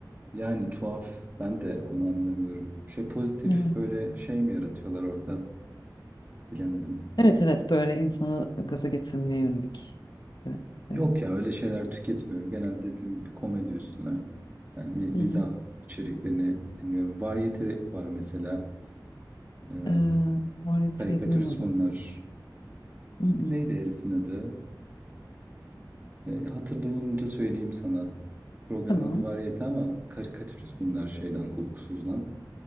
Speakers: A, on the right; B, on the left.
A: yani tuhaf. Ben de onu anlamıyorum. Şey pozitif
B: Evet.
A: böyle şey mi yaratıyorlar orada? Bilemedim.
B: Evet evet böyle insanı gaza getirmeye yönelik. Ve, e,
A: Yok ya öyle şeyler tüketmiyorum. Genelde dediğim gibi komedi üstüne. Yani mi- mizah
B: hı hı.
A: içeriklerini dinliyorum. Varyete var mesela. Ee,
B: E, Muhalefeti
A: karikatürist
B: duymadım.
A: bunlar.
B: Hı hı.
A: Neydi herifin adı? E, hatırlayınca söyleyeyim sana. Programın
B: Tamam.
A: adı Variyete ama karikatürist bunlar şeyden, uykusuzdan.